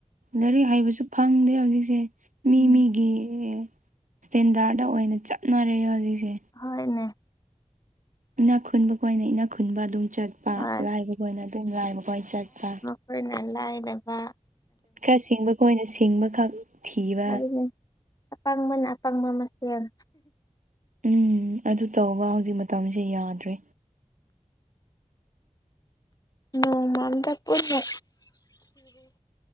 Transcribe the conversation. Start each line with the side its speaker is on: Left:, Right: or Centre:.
Right: ꯂꯥꯏꯔꯤꯛ ꯍꯩꯕꯁꯨ ꯐꯪꯗꯦ ꯍꯧꯖꯤꯛꯁꯦ ꯃꯤ
Left: ꯎꯝ
Right: ꯃꯤꯒꯤ ꯏꯁꯇꯦꯟꯗꯥꯔꯗ ꯑꯣꯏꯅ ꯆꯠꯅꯔꯦ ꯍꯧꯖꯤꯛꯁꯦ
Left: ꯍꯣꯏꯅꯦ
Right: ꯏꯅꯥꯛ ꯈꯨꯟꯕ ꯈꯣꯏꯅ ꯏꯅꯥꯛ ꯈꯨꯟꯕ ꯑꯗꯨꯝ ꯆꯠꯄ
Left: ꯍꯣꯏ
Right: ꯂꯥꯏꯔꯕ ꯈꯣꯏꯅ ꯑꯗꯨꯝ ꯂꯥꯏꯔꯕ ꯈꯣꯏꯅ ꯆꯠꯄ
Left: ꯑꯩꯈꯣꯏꯅ ꯂꯥꯏꯔꯕꯥ
Right: ꯈꯔ ꯁꯤꯡꯕ ꯈꯣꯏꯅ ꯁꯤꯡꯕ ꯈꯛ ꯊꯤꯕ
Left: ꯑꯗꯨꯗꯤ ꯑꯄꯪꯕꯅ ꯑꯄꯪꯕ ꯃꯁꯦꯜ
Right: ꯎꯝ ꯑꯗꯨ ꯇꯧꯕ ꯍꯧꯖꯤꯛ ꯃꯇꯝꯁꯦ ꯌꯥꯗ꯭ꯔꯦ
Left: ꯅꯣꯡꯃ ꯑꯝꯇ ꯄꯨꯟꯅ